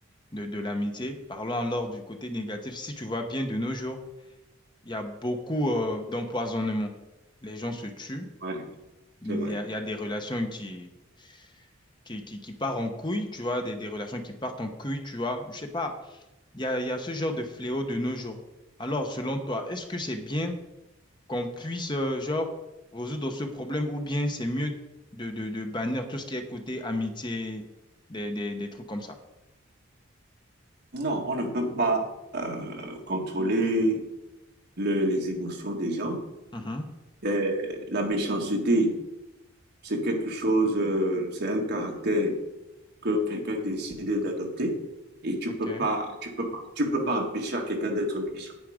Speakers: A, on the left; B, on the right.
A: de, de l'amitié. Parlons alors du côté négatif. Si tu vois bien de nos jours, il y a beaucoup euh, d'empoisonnement. Les gens se tuent,
B: Ouais,
A: il
B: c'est vrai.
A: y a, il y a des relations qui, qui, qui, qui partent en couille, tu vois, des, des relations qui partent en couille, tu vois. Je sais pas, il y a, il y a ce genre de fléau de nos jours. Alors, selon toi, est-ce que c'est bien qu'on puisse, euh, genre, résoudre ce problème ou bien c'est mieux de, de, de bannir tout ce qui est côté amitié, des, des, des trucs comme ça?
B: Non, on ne peut pas euh, contrôler le- les émotions des gens.
A: Mhm,
B: Euh, la méchanceté, c'est quelque chose, euh, c'est un caractère que quelqu'un décide d'adopter et tu
A: Ok,
B: peux pas, tu peux pas, tu peux pas empêcher à quelqu'un d'être méchant.